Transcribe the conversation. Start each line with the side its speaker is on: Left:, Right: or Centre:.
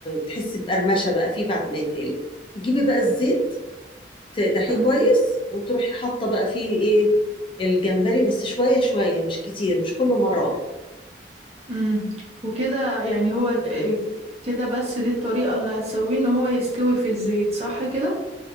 Left: تحسي بقرمشة بقى فيه بعد ما يتقلي تجيبي بقى الزيت تقدحيه
Right: تمام
Left: كويس وتروحي حاطة بقى فيه ايه الجمبري بس شوية شوية مش كتير مش كله مرة واحدة
Right: امم وكده يعني هو إيه كده بس دي الطريقة اللي هتسويه ان هو يستوي في الزيت صح كده